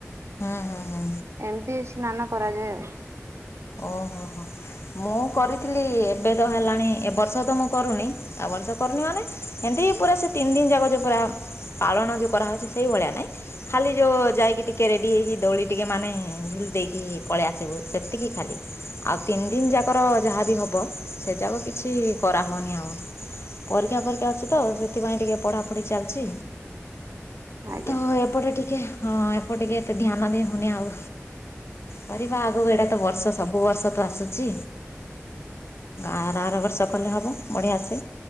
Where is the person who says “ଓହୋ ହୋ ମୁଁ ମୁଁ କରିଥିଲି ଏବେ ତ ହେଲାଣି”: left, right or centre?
Left